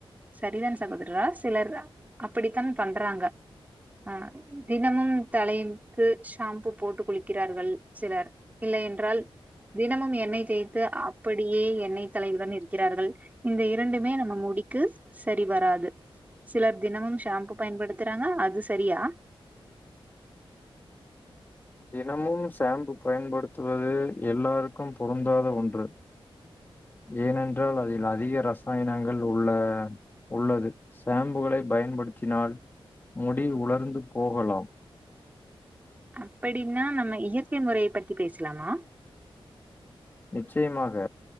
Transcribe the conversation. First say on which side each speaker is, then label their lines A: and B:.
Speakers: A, on the right; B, on the left.
A: சரிதான் சகோதரா சிலர் அப்படித்தான் பண்றாங்க ஆஹ் தினமும் தலைக்கு ஷாம்பூ போட்டு குளிக்கிறார்கள் சிலர் இல்லை என்றால் தினமும் எண்ணெய் தேய்த்து அப்படியே எண்ணெய் தலையுடன் இருக்கிறார்கள் இந்த இரண்டுமே நம்ம முடிக்கு சரி வராது சிலர் தினமும் ஷாம்பு பயன்படுத்துறாங்க அது சரியா
B: தினமும் சாம்பு பயன்படுத்துவது எல்லாருக்கும் பொருந்தாத ஒன்று ஏன் என்றால் அதில் அதிக ரசாயன பயணங்கள் உள்ள உள்ளது சாம்புகளை பயன்படுத்தினால் முடி உலர்ந்து போகலாம்
A: அப்படின்னா நம்ம இயற்கை முறையை பத்தி பேசலாமா
B: நிச்சயமாக